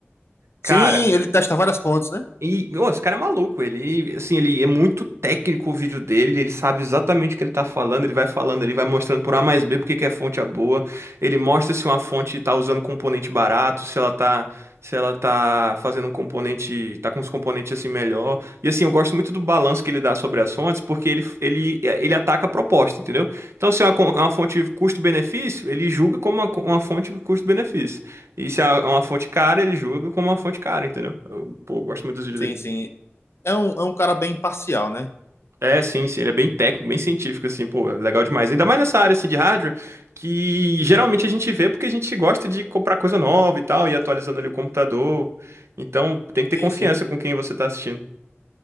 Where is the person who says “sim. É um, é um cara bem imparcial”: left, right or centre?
Left